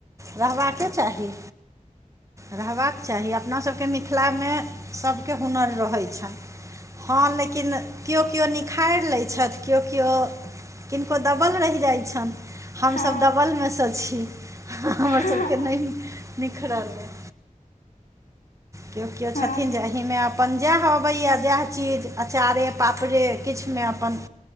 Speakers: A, on the right; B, on the left.
A: रहबाके चाही। रहबाक चाही, अपनासभके मिथिलामे सभके हुनर रहैत छनि। हँ लेकिन केओ -केओ निखारि लैत छथि, केओ- केओ किनको दबल रहि जाइत छनि। हमसभ
B: हँ
A: दबलमे स छी, हमरसभके
B: हँ
A: नहि निखरल अइ केओ -केओ
B: हँ
A: छथिन जे एहिमे अप अपन जैह अबय जैह चीज अचारे पापड़े किछुमे अपन